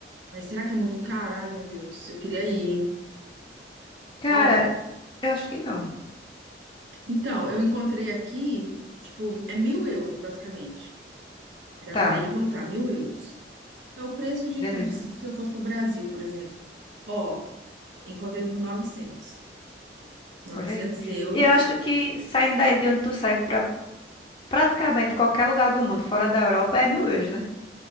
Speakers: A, on the right; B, on the left.
A: Mas será que é muito caro? Ai, meu Deus, eu queria ir, hein?
B: Cara,
A: Ó,
B: eu acho que não.
A: então, eu encontrei aqui, tipo, é mil euros, basicamente. Dá
B: Tá,
A: pra ir e voltar, mil euros. É o preço de,
B: beleza.
A: de se se eu fosse pro Brasil, por exemplo. Ó, encontrei por 900 novecentos
B: Olha aí.
A: euros
B: E eu acho que saindo daí de onde tu sai pra praticamente qualquer lugar do mundo, fora da Europa, é mil euros, né?